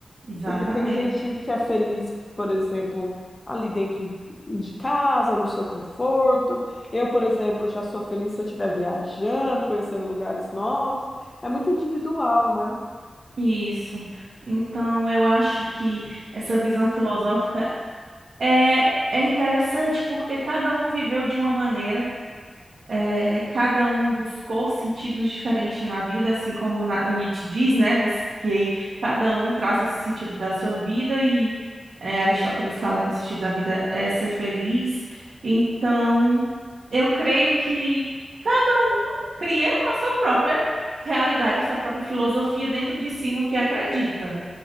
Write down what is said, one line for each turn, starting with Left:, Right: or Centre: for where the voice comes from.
Right: exatamente.
Left: Porque tem gente que é feliz, por exemplo, ali dentro de casa, no seu conforto. Eu, por exemplo, já sou feliz se eu estiver viajando, conhecendo lugares novos. É muito individual, né?
Right: Isso. Então, eu acho que essa visão filosófica é, é interessante porque cada um viveu de uma maneira. É, cada um buscou sentidos diferentes na vida, assim como na- o Nietzsche diz, né? Você, que aí cada um traça o sentido da sua vida e é, Aristóteles fala que o sentido da vida é ser feliz. Então, eu creio que cada um cria a sua própria realidade, a sua própria filosofia dentro de si no que acredita.